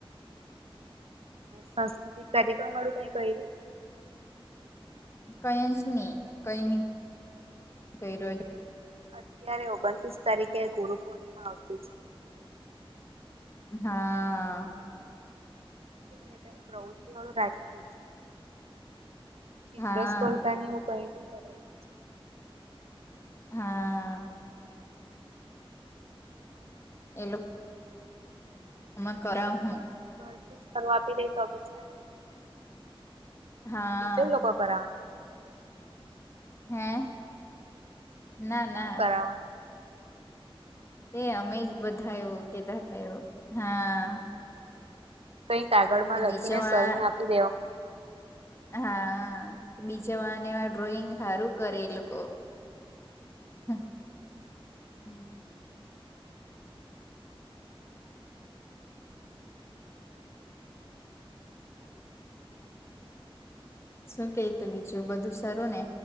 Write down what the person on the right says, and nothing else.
સાંસ્કૃતિક કાર્યક્રમ વાળુ કઈ કર્યું કે
અત્યારે ઓગણત્રીસ તારીખે ગુરુ પૂર્ણિમા આવતી છે.
તયારે કઈ પ્રવૃત્તિ વાળુ રાખેલુ છે. ચિત્ર
સ્પર્ધાને એવુ કઈબી કરાયદે છે.
ઘરથીજ કરવા આપી દે તો બી ચાલે.
ટીચર લોકો કરાવની.
કોણ
કરવાનું હ.
કઈ કાગળમાં
લખીને
સર ને આપી દેવાનું.